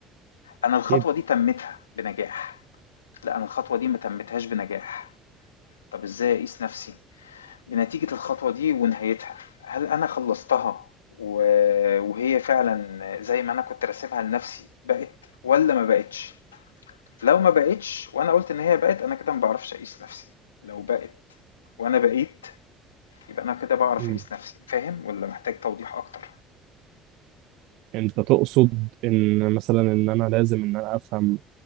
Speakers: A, on the left; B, on the right.
A: أنا
B: أكيد
A: الخطوة دي تمتها بنجاح لا أنا الخطوة دي ما تمتهاش بنجاح طب إزاي أقيس نفسي؟ بنتيجة الخطوة دي ونهايتها، هل أنا خلّصتها و وهي فعلًا زي ما أنا كنت راسمها لنفسي بقِت والّا ما بقِتش؟ لو ما بقِتش وأنا قُلت إن هي بقِت، أنا كده ما باعرفش أقيس نفسي، لو بقِت وأنا بقيت يبقى أنا كده باعرف
B: مهم.
A: أقيس نفسي، فاهم والّا محتاج توضيح أكتر؟
B: انت تقصد ان مثلا ان انا لازم ان انا افهم